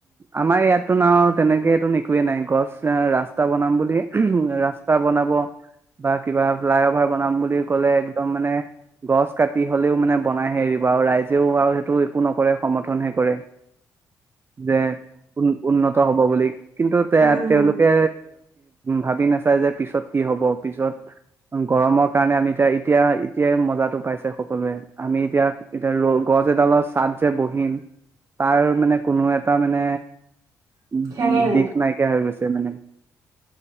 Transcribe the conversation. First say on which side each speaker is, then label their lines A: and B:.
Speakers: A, on the right (about 30°); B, on the right (about 50°).
A: আমাৰ ইয়াত ন তেনেকে এইটো একোৱে নাই গছ ৰাস্তা বনাম বুলি ৰাস্তা বনাব বা কিবা ফ্লাই অভাৰ বনাম বুলি কলে একদম মানে গছ কাটি হলেও মানে বনাইহে এৰিব আৰু ৰাইজেও আৰু সেইটো একো নকৰে সমৰ্থনহে কৰে যে উ উন্নত হ'ব বুলি কিন্তু তে
B: উম
A: তেওঁলোকে ভাবি নাচাই যে পিছত কি হ'ব পিছত গৰমৰ কাৰণে আমি এতিয়া এতিয়া এতিয়াই মজাটো পাইছে সকলোৱে আমি এতিয়া এতিয়া ৰ গছ এডালৰ ছাট যে বহিম তাৰ মানে কোনো এটা মানে উ
B: ঠেঙে নাই
A: দিশ নাইকিয়া হৈ গৈছে মানে